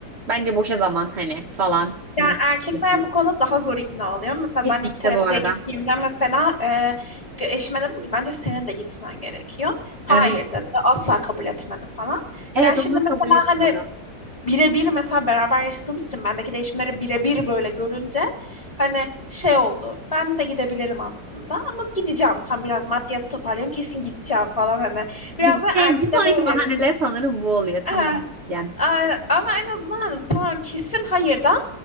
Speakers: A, on the right; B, on the left.
A: bence boşa zaman hani falan
B: Yani
A: gibi
B: erkekler
A: yapıyor.
B: bu konuda daha zor ikna oluyor. Mesela
A: Kesinlikle
B: ben ilk terapiye
A: bu arada.
B: gittiğimde mesela e, eşime dedim ki bence senin de gitmen gerekiyor. Hayır
A: Evet.
B: dedi. Asla kabul etmedi falan.
A: Evet
B: Ya şimdi
A: onlar
B: mesela
A: kabul etmiyor.
B: hani birebir mesela beraber yaşadığımız için bendeki değişimleri birebir böyle görünce hani şey oldu. Ben de gidebilirim aslında ama gideceğim. Tam biraz maddiyatı toparlayayım kesin gideceğim falan hani. Biraz
A: Bir
B: da
A: şey
B: erteleme
A: bir sonraki
B: evresi.
A: bahaneler sanırım bu oluyor. Tamam
B: Ha,
A: diyeceğim.
B: aynen. Ama en azından hani, tamam kesin hayırdan